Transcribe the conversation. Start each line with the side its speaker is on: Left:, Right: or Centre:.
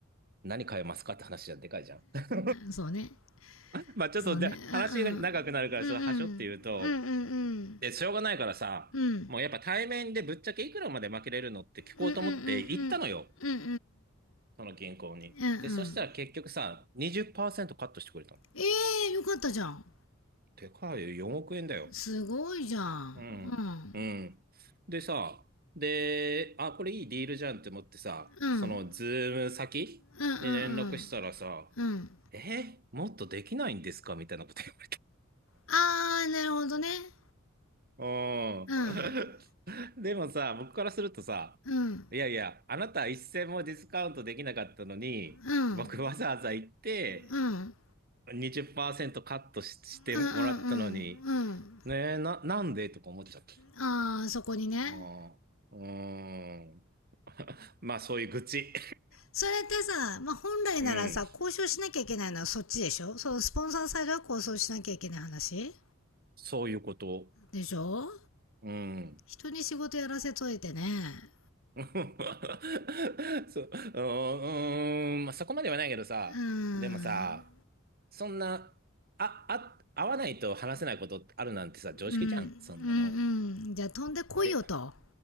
Right: 何買えますかって話じゃでかいじゃん。<laughs>
Left: そうね
Right: まあちょっとで話が長くなるから、
Left: そうねうんうんうんうんうんうん
Right: それはしょって言うと、で、しょうがないからさ、
Left: うんうん
Right: もうやっぱ対面でぶっちゃけいくらまで負けれるのって聞こうと思って行ったのよ。
Left: うんうんうんうんうんうんうん
Right: その銀行に。
Left: うんうん
Right: で、そしたら結局さ、20%カットしてくれたの。
Left: ええよかったじゃん
Right: でかいよ、4億円だよ。
Left: すごいじゃんうん
Right: うん。うん。でさ、で、あ、これいいディールじゃんって思ってさ、
Left: うん
Right: そのズーム先に連絡したらさ、
Left: うんうんうんうん
Right: え、もっとできないんですかみたいなこと言わ
Left: あーなるほどね
Right: れた。
Left: うん
Right: うん。<laughs> でもさ、僕からするとさ、
Left: うん
Right: いやいや、あなた一銭もディスカウントできなかったのに、
Left: うん
Right: 僕わざわざ行って
Left: うん
Right: 20%カットし、してもらったのに、
Left: うんうんうんうん
Right: ねえ、な、なんでとか思っちゃった。
Left: あーそこにね
Right: ああ、うーん。<laughs> まあ、そういう愚痴。
Left: それってさ、まあ、本来ならさ交渉しなきゃいけないのはそっちでしょそのスポンサーサイドは交渉しなきゃいけない話
Right: <laughs> うん。そういうこと。
Left: でしょ
Right: うん。
Left: 人に仕事やらせといてね
Right: <laughs> そう、うーん、まあ、そこまではないけどさ、
Left: うーん
Right: でもさ、そんな、あ、あ、会わないと話せないことあるなんてさ、常識じゃん、
Left: うんうんうんじゃあ飛んでこいよと
Right: そんなの。で、